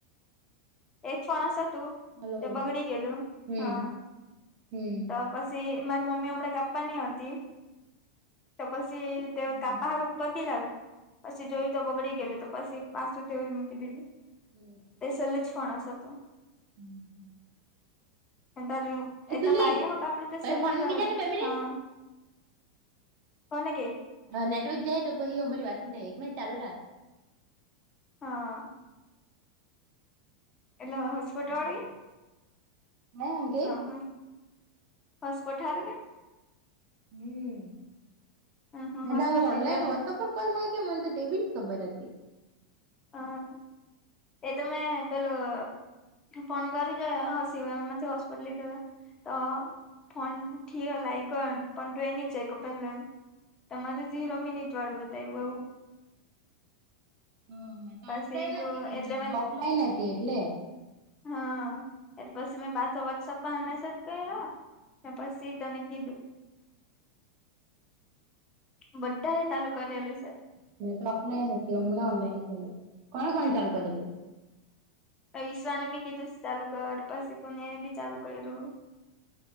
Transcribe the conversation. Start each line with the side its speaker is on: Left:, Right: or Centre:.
Left: એક ફણ તું
Right: હલો
Left: તે બગડી ગયેલું
Right: હમ
Left: હા
Right: હમ
Left: તો પછી મારી મમ્મી હમ કાપ ની હતી તો પછી તે
Right: હમ
Left: કાપાારું ઉપ બી લાવે પછી જોયું તો બગડી ગયલું તો પછી પાસું તેવું જ મૂકી દેધું
Right: <unintelligible>
Left: તે સલે જ ફણ તોું
Right: <unintelligible>
Left: એ એ
Right: તું
Left: તો
Right: લે
Left: બાઈ હ કપડું તો
Right: હવે
Left: સેલ્લું
Right: ફોન
Left: જવે
Right: મૂકી જાય ને બે મિનિટ
Left: હા કો ન કે
Right: હ નેટવર્ક જાય તો પછ એું અમારીતહી થાય એક મં ચાલુ રાખ
Left: હા એલ્ હસ્પોટ
Right: હા
Left: વાળગ
Right: હું કે
Left: અહો હસપઠાર કે
Right: હમ
Left: હ હ
Right: એટ
Left: હોસ્પિટલ
Right: હું
Left: લીધું
Right: ઓનલાઈન
Left: એમને
Right: વસઅપ કોલ થાય કે મન તો એ બી ને ખબર હતી
Left: હ એ તમે પેલું ફોન કરી જ હસી મ હોસ્પિટલ તો ફોન થીય લ આવી ગયોમ પણ ટ એની જાય ક પહેલા તમારે જેી રમી ની જ્વાળ બતાવ્યું એવું
Right: હમ મેં તો
Left: પછી
Right: ઓફલાઈન
Left: તો
Right: હતી કેની
Left: એટલે
Right: મેં
Left: મે
Right: તો ઓફલાઈન હતી એટલે
Left: હા એ પછીમે બાસ વછ પણમેસેટ ક ર પછી તને કીધું વ્ા એ ચાલુ કરેલું છે
Right: હ તો અફલાન મન થ કોણ કોણ ચાલુ કરલું
Left: વિશ્્વાને બી કીધું ચાલુ કર પછી ગુનિયા એ બી ચાલુ કર્યું